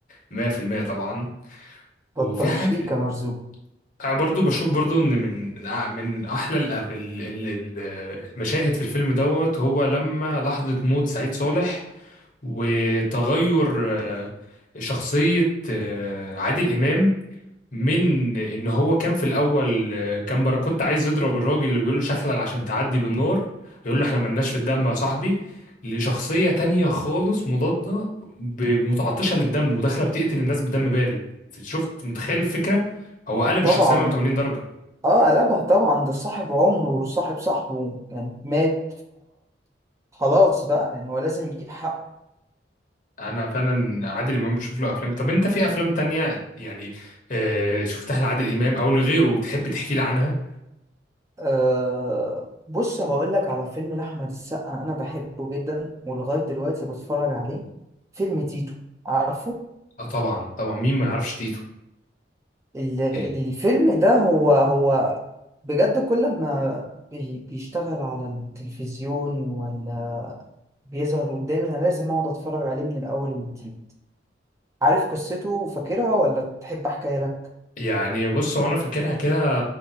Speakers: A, on the left; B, on the right.
A: 100% طبعا
B: بطة
A: وفي
B: مش
A: حاجه
B: ليكة مرزوق
A: أنا برضو بشوف برضو ان من آه، من احلى ال... ال... ال... ال- المشاهد في الفيلم دوت هو لما لحظه موت سعيد صالح وتغير آه، شخصية آه، عادل إمام من ان هو كان في الاول آه، كان باراكوتا عايز يضرب الراجل اللي بيقول له شخلل عشان تعدي بالنار يقول له احنا ملناش في الدم يا صاحبي لشخصية تانية خالص مضادة ب- متعطشة للدم وداخلة بتقتل الناس بدم بارد شفت متخيل الفكرة هو قلب
B: طبعا
A: الشخصية 180 درجة
B: آه قلبها طبعا ده صاحب عمره وصاحب صاحبه يعني مات فخلاص بقى يعني هو لازم يجيب حقه
A: انا فعلا عادل امام بشوف له افلام طب انت في افلام تانية يعني آه، شفتها لعادل امام او لغيره تحب تحكي لي عنها
B: أه بص هقول لك على فيلم لأحمد السقا أنا بحبه جدا ولغاية دلوقتي بتفرج عليه فيلم تيتو عارفه
A: اه طبعا طبعا مين ما يعرفش تيتو
B: ال-
A: إيه؟
B: الفيلم ده هو هو بجد كل ما بي- بيشتغل على التلفزيون ولا بيظهر قدامي أنا لازم أقعد أتفرج عليه من الأول والجديد عارف قصته وفاكرها ولا تحب أحكيها لك
A: يعني بص هو انا فاكرها كده